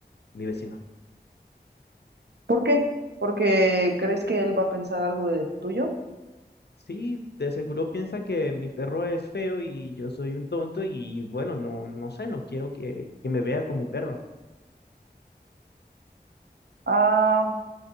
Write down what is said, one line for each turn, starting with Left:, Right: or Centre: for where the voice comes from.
Left: mi vecino.
Right: ¿Por qué? ¿Porque crees que él va a pensar algo de tuyo?
Left: Sí, de seguro piensa que mi perro es feo y yo soy un tonto y bueno, no, no sé, no quiero que, que me vea con mi perro.
Right: Ah,